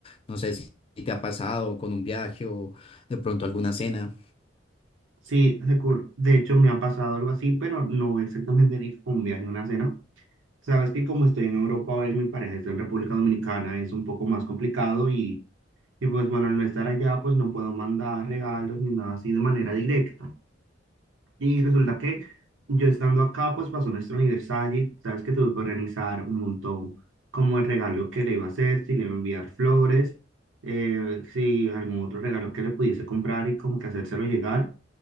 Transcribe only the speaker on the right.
Sí, recu- de hecho me ha pasado algo así, pero no exactamente ni con un viaje, una cena Sabes que como estoy en Europa ahora y mi pareja está en República Dominicana, es un poco más complicado y, y pues bueno, al no estar allá, pues no puedo mandar regalos ni nada así de manera directa. Y resulta que yo estando acá, pues pasó nuestro aniversario y sabes que tuve que organizar un montón como el regalo que le iba a hacer, si le iba a enviar flores, eh, si algún otro regalo que le pudiese comprar y como que hacérselo llegar.